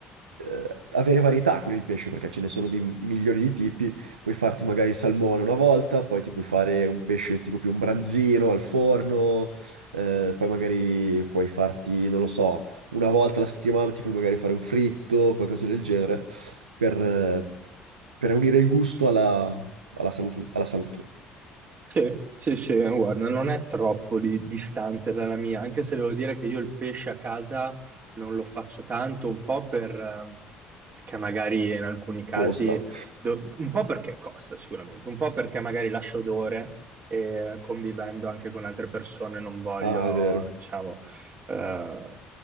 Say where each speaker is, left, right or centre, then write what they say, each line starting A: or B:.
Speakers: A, on the right; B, on the right.
A: eh, avere varietà con il pesce perché ce ne sono di milioni di tipi. Puoi farti magari il salmone una volta, poi ti puoi fare un pesce tipo più un branzino al forno, eh, poi magari puoi farti, non lo so, una volta alla settimana ti puoi magari fare un fritto, qualcosa del genere, per... eh, per unire il gusto alla, alla salutu- alla salute.
B: Sì, sì, sì, eh, guarda, non è troppo di- distante dalla mia, anche se devo dire che io il pesce a casa non lo faccio tanto, un po' per, ehm, perché magari in alcuni casi,
A: Costa.
B: do- un po' perché costa sicuramente, un po' perché magari lascia odore e convivendo anche con altre persone non voglio,
A: Ah, è vero.
B: diciamo, eh,